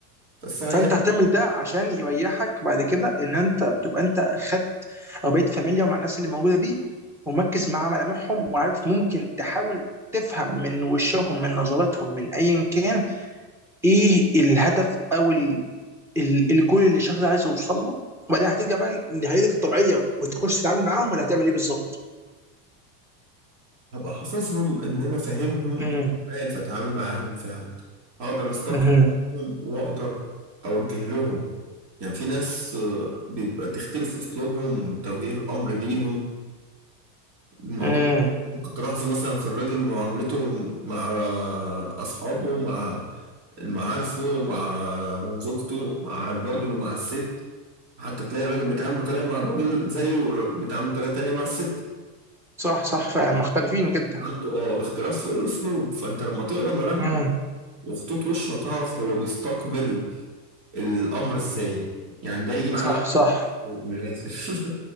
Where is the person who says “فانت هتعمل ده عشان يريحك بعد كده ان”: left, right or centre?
Centre